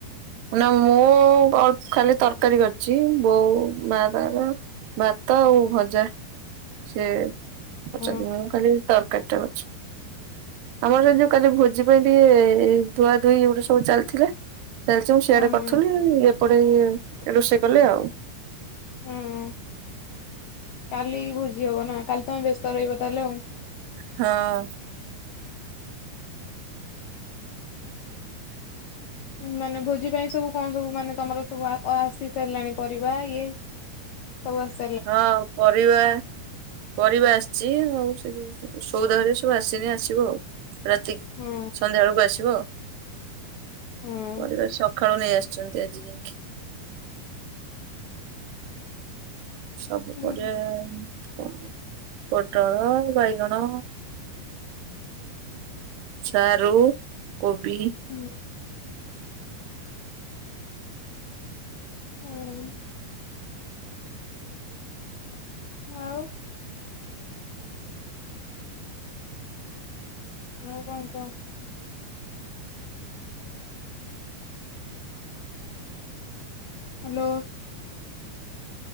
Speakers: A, on the right; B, on the left.
A: ନା ମୁଁ ଅଳପ ଖାଲି ତରକାରୀ କରିଛି ବୋଉ ମା ତାର ଭାତ ଆଉ ଭଜା ସିଏ କରିଛନ୍ତି
B: ହଁ
A: ମୁଁ ଖାଲି ତରକାରୀ ଟା କରିଛି ଆମର ଯ ଯୋଉ କାଲି ଭୋଜି ପାଇଁ ଟିକେ ଧୁଆ ଧୁଇ ଏଇଗୁଡ଼ା ସବୁ ଚାଲିଥିଲା। ଚାଲିଛି ମୁଁ ସିଆଡେ
B: ହୁଁ ହୁଁ
A: କରିୁଥିଲି ଏପଟେ ଇଏ ରୋଷେଇ କଲେ ଆଉ।
B: ହୁଁ କାଲି ଭୋଜି ହବ ନା କାଲି ତମେ ବ୍ୟସ୍ତ ରହିବ ତାହେଲେ ଆଉ।
A: ହଁ।
B: ମାନେ ଭୋଜି ପାଇଁ ସବୁ କଣ ସବୁ ମାନେ ତମର ସବୁ ଆସି ସାରିଲାଣି ପରିବା ଇଏ ସବୁ ଆସ
A: ହଁ ପରିବା। ପରିବା ଆସିଛି ଆଉ ସେ ଯୋଉ ସଉଦା ହେରିକା ସବୁ ଆସିନି ଆସିବ ଆଉ ରାତିକି।
B: ହୁଁ
A: ସନ୍ଧ୍ୟା ବେଳକୁ ଆସିବ ଆ
B: ହୁଁ।
A: ପରିବା ସକାଳୁ ସକାଳେ ନେଇ ଆସୁଛନ୍ତି ଆଜି ଯାଇକି ସବୁ
B: ହୁଁ
A: ପରିବା କଣ ପୋଟଳ, ବାଇଗଣ ସାରୁ, କୋବି
B: ହାଲୋ। ହୁଁ। ହଁ। ଆଉ କଣ କୁହ? ହାଲୋ।